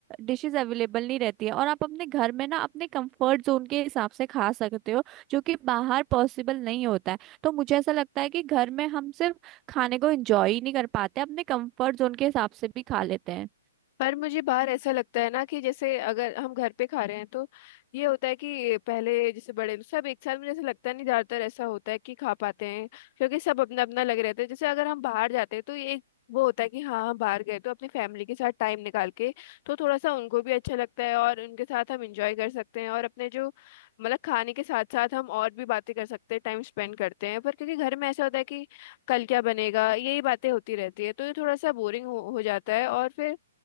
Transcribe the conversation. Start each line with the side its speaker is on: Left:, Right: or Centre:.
Right: डिशेस अवेलेबल नहीं रहती है और आप अपने घर में ना अपने कंफर्ट जोन के हिसाब से खा सकते हो जो कि बाहर पॉसिबल नहीं होता है तो मुझे ऐसा लगता है कि घर में हम सिर्फ खाने को एंजॉय ही नहीं कर पाते अपने कंफर्ट जोन के हिसाब से भी खा लेते हैं
Left: पर मुझे बाहर ऐसा लगता है ना कि जैसे अगर हम घर पे खा रहे हैं तो ये होता है कि पहले जैसे बड़े सब एक साथ मुझे ऐसा लगता नहीं ज्यादातर ऐसा होता है कि खा पाते हैं क्योंकि सब अपना अपना लग रहते हैं जैसे अगर हम बाहर जाते हैं तो ये एक वो होता है कि हाँ हम बाहर गए तो अपनी फैमिली के साथ टाइम निकाल के तो थोड़ा सा उनको भी अच्छा लगता है और उनके साथ हम इंजॉय कर सकते हैं और अपने जो मतलब खाने के साथ साथ हम और भी बातें कर सकते हैं टाइम स्पेंड करते हैं पर क्योंकि घर में ऐसा होता है कि कल क्या बनेगा यही बातें होती रहती है तो ये थोड़ा सा बोरिंग हो, हो जाता है और फिर